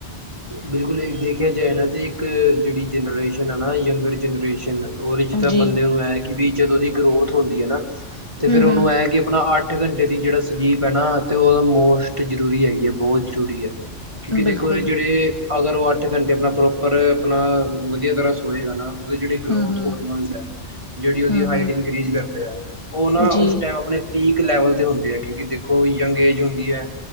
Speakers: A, on the right (about 25°); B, on the left (about 25°).
A: ਬਿਲਕੁਲ ਇਹ ਦੇਖਿਆ ਜਾਏ ਇਹਨਾਂ ਦੀ ਇੱਕ ਜਿਹੜੀ ਜਨਰੇਸ਼ਨ ਹੈ ਨਾ ਯੰਗਰ ਜਨਰੇਸ਼ਨ ਉਹ ਜਿਸ ਤਰ੍ਹਾਂ
B: ਜੀ
A: ਬੰਦੇ ਨੂੰ ਇਹ ਕਿ ਵੀ ਜਦੋਂ ਉਹਦੀ ਗਰੋਥ ਹੁੰਦੀ ਹੈ ਨਾ ਤੇ
B: ਹਮ-ਹਮ
A: ਫੇਿਰ ਉਹਨੂੰ ਇਹ ਕਿ ਆਪਣਾ ਅੱਠ ਅੱਠ ਘੰਟੇ ਦੀ ਜਿਹੜਾ ਸਲੀਪ ਹੈ ਨਾ ਤੇ ਉਹ ਮੋਸਟ ਜਰੂਰੀ ਹੈਗੀ ਹੈ ਬਹੁਤ ਜ਼ਰੂਰੀ ਹੈ ਕਿਉਂਕਿ
B: ਬਿਲਕੁਲ
A: ਦੇਖੋ ਜਿਹੜੇ ਅਗਰ ਉਹ ਅੱਠ ਘੰਟੇ ਆਪਣਾ ਪ੍ਰੋਪਰ ਆਪਣਾ ਵਧੀਆ ਤਰ੍ਹਾਂ ਸੋਏਗਾ ਨਾ ਉਹਦੇ ਜਿਹੜੇ ਗਰੋਥ
B: ਹਮ-ਹਮ
A: ਹੋਰਮੋਨ ਹੈ ਜਿਹੜੀ ਉਹਦੀ
B: ਹਮ-ਹਮ
A: ਹਾਈਟ ਇਨਕਰੀੀਜ਼ ਕਰ ਰਿਹਾ ਹੈ ਉਹ ਨਾ
B: ਜੀ
A: ਉਸ ਟਾਈਮ ਆਪਣੇ ਪੀਕ ਲੈਵਲ ਤੇ ਹੁੰਦੇ ਹੈ ਕਿਉਂਕਿ ਦੇਖੋ ਯੰਗ ਏਜ ਹੁੰਦੀ ਹੈ